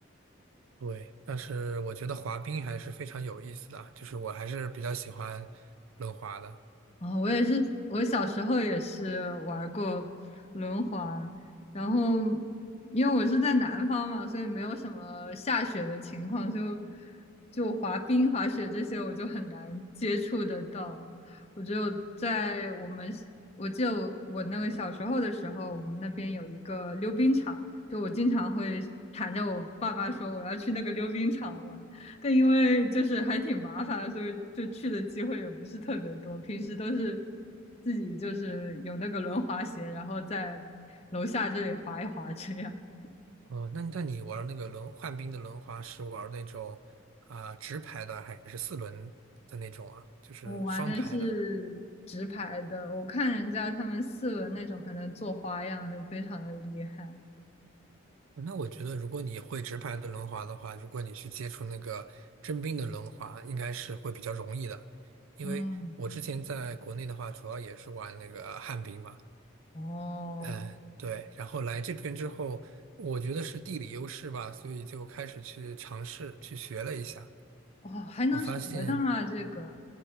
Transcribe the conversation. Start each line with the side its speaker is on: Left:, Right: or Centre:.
Right: 对，但是我觉得滑冰还是非常有意思的啊，就是我还是比较喜欢轮滑的。
Left: 哦，我也是，我小时候也是玩过轮滑，然后因为我是在南方嘛，所以没有什么下雪的情况，就就滑冰、滑雪这些我就很难接触得到。我就在我们，我记得我我那个小时候的时候，我们那边有一个溜冰场，就我经常会缠着我爸爸说我要去那个溜冰场玩。但因为就是还挺麻烦的，所以就去的机会也不是特别多。平时都是自己就是有那个轮滑鞋，然后在楼下这里滑一滑这样。<laughs>
Right: 哦，那那你玩那个轮旱冰的轮滑是玩那种啊、直排的还是四轮的那种啊？就是双排的。
Left: 我玩的是直排的，我看人家他们四轮那种还能做花样，就非常的厉害。
Right: 嗯那我觉得如果你会直排的轮滑的话，如果你去接触那个真冰的轮滑，应该是会比较容易的。因为我之前在国内的话，
Left: 嗯，
Right: 主要也是玩那个旱冰嘛。
Left: 哦，
Right: 嗯，对，然后来这边之后，我觉得是地理优势吧，所以就开始去尝试去学了一下。
Left: 哦，还能学的吗？
Right: 我发现，
Left: 这个？